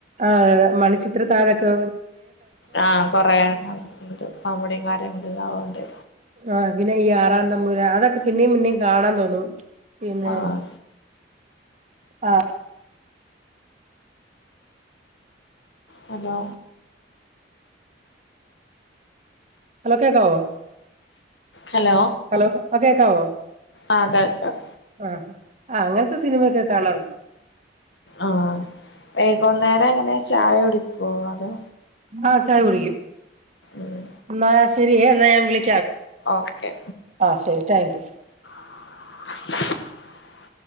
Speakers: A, on the right (about 35°); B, on the left (about 70°).
A: ആ മണിച്ചിത്ര താഴൊക്കെ
B: ആഹ കൊറേ കണ്ട് കോമഡിയും കാര്യങ്ങളണ്ട്ാവണ്ട്
A: ആഹ പിന്നെ ഈ ആറാം തമ്മൂര അതൊക്കെ പിന്നെയും പിന്നേും കാണാൻ തോന്നും പിന്നെ
B: ആഹ്
A: ആഹ
B: ഹലോ
A: ഹലോ കേക്കാവോ
B: ഹലോ
A: ഹലോ ആ കേക്കാവോ
B: ആഹ് കേൾക്കാം
A: ആഹ ആ അങ്ങനത്തെ സിനിമയൊക്കെ കാണാറുണ്ട്
B: ആ വൈകുന്നേരം അങ്ങനെ ചായ കുടിക്കുവോ അതോ
A: ആഹ ചായ കുടിക്കും
B: ഉം
A: എന്നാ ശരിയ എന്നാ ഞാൻ വിള
B: ഓക്കെ
A: ആ ശരി താങ്ക് യു
B: <unintelligible>